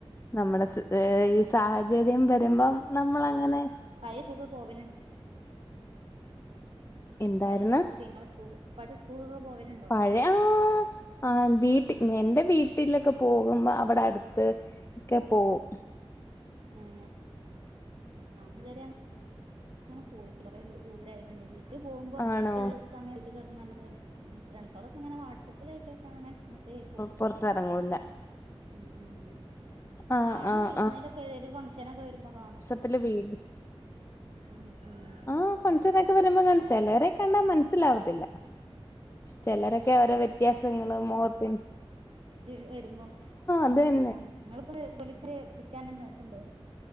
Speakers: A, on the left; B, on the right.
A: നമ്മളെ സ് ഏ ഈ സാഹചര്യം വരുമ്പം നമ്മളങ്ങനെ.
B: പയെ സ്കൂക്ക് പോവല്ണ്ടോ
A: എന്തായിരുന്നു
B: പയെ സ്കൂക്കെ ഇങ്ങളെ സ്കൂക് പഠിച്ച സ്കൂൾക്കൊക്കെ പോവല്ണ്ട്.
A: പഴയആ ആ വീട്ടി
B: ഉം
A: എന്റെ വീ ട്ടിലൊക്കെ പോകുമ്പോ അവടെ അട്ത്ത് ഒക്ക പോവും.
B: ഏ ഞ ഞാന് ഇതരെ അങ്ങനെ പോയിട്ടില്ല കൊറേ ദൂരായോണ്ടേ വീട്ട് പോവുമ്പം
A: ആണോ
B: ഇള്ള സമയം. <unintelligible> ഉം ഫ്രണ്ട്സോളൊക്കെങ്ങന വാട്സആപ്പിലായിട്ടൊക്കെ അങ്ങനെ. മെസേയയ്ക്കും
A: പൊറത്തെറങ്ങൂല
B: ഉം. ഉം
A: ആഹ്
B: കാണും
A: ആഹ്
B: എവ്ട്ന്നേലോക്കെ ഏതേലും ഫംഗ്ഷനോക്കെ വരുമ്പം കാണും.
A: ത്തല്ല വീട്.
B: ഉം ഉം
A: ആ ഫംഗ്ഷന്ക്കെ വരുമ്പം ക ചെലരെ കണ്ടാ മൻസ്സിലാവത്തില്ല. ചെലരെക്കെ ഓരോ വ്യത്യാസങ്ങള് മൊഖത്തിൻ
B: ച്ച് വരുമ്പം
A: അത് തന്നെ
B: ഉം ഇങ്ങള്പ്പോ ജോലിക്ക് പഠിക്കാന് ‌നോക്ണ്ടോ